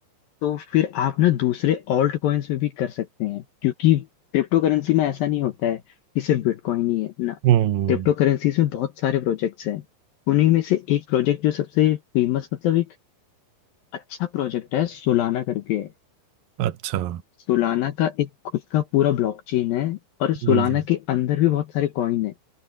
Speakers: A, on the left; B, on the right.
A: तो फिर आप ना दूसरे ऑल्ट कॉइन्स में भी कर सकते हैं क्योंकि क्रिप्टो करेंसी में ऐसा नहीं होता है कि सिर्फ बिटकॉइन ही है ना
B: हम्म
A: क्रिप्टो करेंसीज में बहुत सारे प्रोजेक्ट्स हैं उन्हीं में से एक प्रोजेक्ट जो सबसे फेमस मतलब एक अच्छा प्रोजेक्ट है सोलाना करके है
B: अच्छा
A: सोलाना का एक खुद का पूरा ब्लॉकचेन है और
B: हम्म
A: सोलाना के अंदर भी बहुत सारे कॉइन है